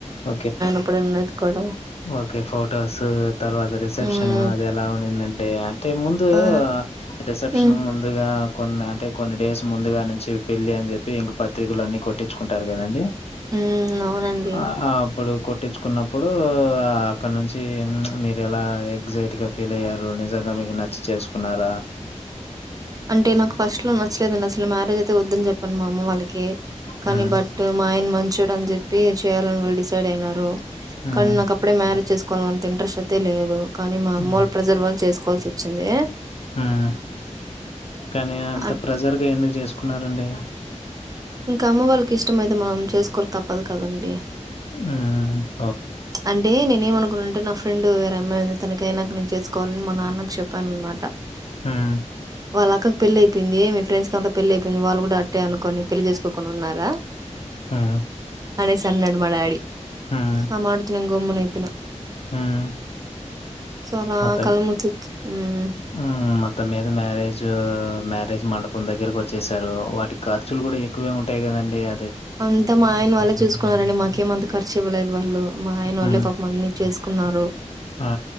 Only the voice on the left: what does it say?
ఓకే
ఓకే ఫొటోస్ తర్వాత రిసెప్షన్
అది ఎలా ఉనిందంటే అంటే ముందు
రిసెప్షన్
ముందుగా కొ అంటే కొన్ని డేస్ ముందుగా నుంచి పెళ్ళి అని చెప్పి ఇంక పత్రికలు అన్ని కొట్టించుకుంటారు కదండి
ఆ అప్పుడు కొట్టించుకున్నప్పుడు అక్కడ నుంచి ప్చ్ మీరు ఎలా ఎగ్జైటీగా ఫీల్ అయ్యారు నిజంగా మీకు నచ్చి చేసుకున్నారా
హ్మ్.
హ్మ్.
హ్మ్.
హ్మ్. కానీ అంత
ప్రెషర్ గా ఎందుకు చేసుకున్నారండి
ఉమ్
హ్మ్.
హ్మ్.
హ్మ్.
హ్మ్.
మొత్తం
హ్మ్. మొత్తం మీద మ్యారేజ్ మ్యారేజ్ మండపం దగ్గరకి వచ్చేసారు వాటికి ఖర్చులు కూడా ఎక్కువే ఉంటాయికదండి ఏ
హ్మ్.
ఆ!